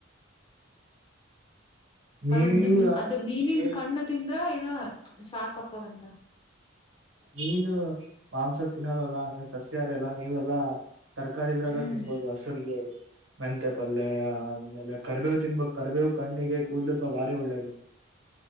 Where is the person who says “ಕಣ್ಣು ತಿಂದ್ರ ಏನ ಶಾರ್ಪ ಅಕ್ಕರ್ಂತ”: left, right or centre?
Left